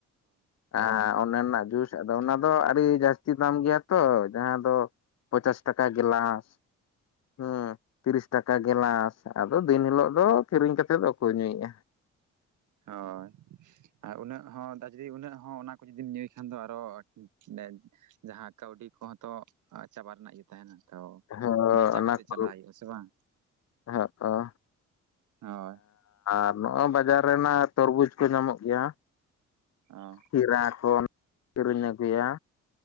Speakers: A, on the left; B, on the right.
A: ᱟᱨ ᱚᱱᱟ ᱨᱮᱱᱟᱜ ᱡᱩᱥ ᱟᱫᱚ ᱚᱱᱟ ᱫᱚ ᱟᱹᱰᱤ ᱡᱟᱹᱥᱛᱤ ᱫᱟᱢ ᱜᱮᱭᱟ ᱛᱚ ᱡᱟᱦᱟᱸ ᱫᱚ ᱯᱚᱪᱟᱥ ᱴᱟᱠᱟ ᱜᱮᱞᱟᱥ ᱦᱮᱸ ᱛᱤᱨᱤᱥ ᱴᱟᱠᱟ ᱜᱮᱞᱟᱥ ᱟᱫᱚ ᱫᱤᱱ ᱦᱤᱞᱳᱜ ᱫᱚ ᱠᱤᱨᱤᱧ ᱠᱟᱛᱮᱫ ᱫᱚ ᱚᱠᱚᱭ ᱧᱩᱭᱮᱫᱼᱟ
B: ᱦᱳᱭ ᱟᱨ ᱩᱱᱟᱹᱜ ᱦᱚᱸ ᱡᱩᱫᱤ ᱩᱱᱟᱹᱜ ᱦᱚᱸ ᱚᱱᱟ ᱠᱚ ᱡᱩᱫᱤᱢ ᱧᱩᱭ ᱠᱷᱟᱱ ᱫᱚ ᱟᱨᱚ ᱰᱮ ᱡᱟᱦᱟᱸ ᱠᱟᱹᱣᱰᱤ ᱠᱚᱦᱚᱸ ᱛᱚ ᱪᱟᱵᱟ ᱨᱮᱱᱟᱜ ᱜᱮ ᱛᱟᱦᱮᱸᱱᱟ ᱛᱚ
A: ᱦᱚᱸ
B: ᱵᱟᱧᱪᱟᱣ
A: ᱚᱱᱟ
B: ᱠᱟᱛᱮ
A: ᱠᱚ
B: ᱪᱟᱞᱟᱜ ᱦᱩᱭᱩᱜᱼᱟ ᱥᱮ ᱵᱟᱝ?
A: ᱦᱚᱸᱜ ᱚ
B: ᱦᱳᱭ
A: ᱟᱨ ᱱᱚᱜᱼᱚᱭ ᱵᱟᱡᱟᱨ ᱨᱮᱱᱟᱜ ᱛᱚᱨᱵᱩᱡᱽ ᱠᱚ ᱧᱟᱢᱚᱜ ᱜᱮᱭᱟ
B: ᱦᱳᱭ
A: ᱠᱷᱤᱨᱟ ᱠᱚ ᱠᱤᱨᱤᱧ ᱟᱜᱩᱭᱟ